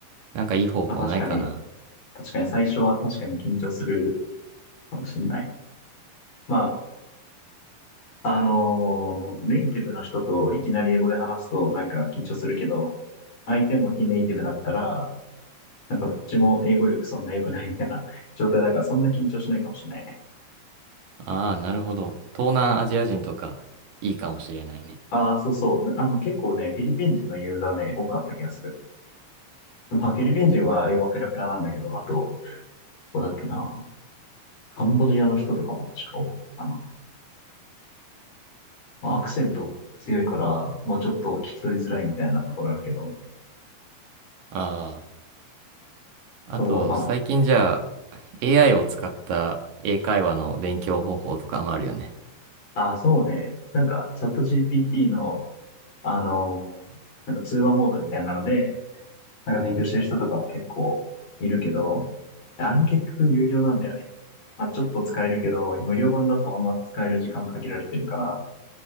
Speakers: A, on the right; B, on the left.
A: なんかいい方法ないかな。
B: まあ確かに、確かに最初は確かに緊張するかもしれない。まあ、あのーネイティブの人といきなり英語で話すとなんか緊張するけど、相手も非ネイティブだったら、なんかどっちも英語力そんな良くないみたいな状態だからそんな緊張しないかもしれないね。
A: ああ、なるほど。東南アジア人とか、いいかもしれないね。
B: ああ、そうそう。あの結構ね、フィリピン人のユーザーね、多くあった気がする。まあ、フィリピン人は英語ペラペラなんだけど、あと、どこだっけな。カンボジアの人とかも確か多かったかな。まあ、アクセント強いから、まあ、ちょっと聞き取りづらいみたいなところあるけど、
A: ああ、
B: そう、
A: あと、
B: ま
A: 最近じゃあ、AI を使った英会話の勉強方法とかもあるよね。
B: あ、あ、そうね。なんか、チャット GPT の、あの、なんか通話モードみたいなので、なんか勉強してる人とかも結構いるけど、あれも結局有料なんだよね。まあ、ちょっと使えるけど、無料版だとあんま使える時間限られてるから、